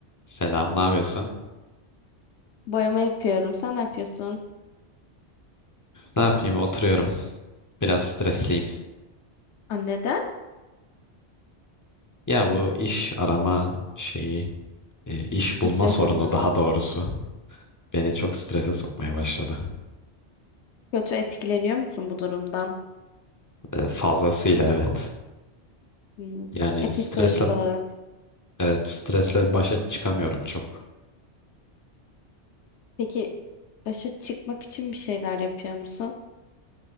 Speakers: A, on the left (about 20°); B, on the left (about 80°).
A: Selam, ne yapıyorsun?
B: Boyama yapıyorum. Sen ne yapıyorsun?
A: Ne yapayım? Oturuyorum. Biraz stresliyim.
B: Aa, Neden?
A: Ya bu iş arama şeyi, e, iş
B: Stresim
A: bulma sorunu
B: mi?
A: daha doğrusu beni çok strese sokmaya başladı.
B: Kötü etkileniyor musun bu durumdan?
A: E, Fazlasıyla evet.
B: Hmm,
A: Yani
B: Ya
A: stresle
B: psikolojik olarak.
A: evet, stresle başa çıkamıyorum çok.
B: Peki başa çıkmak için bir şeyler yapıyor musun?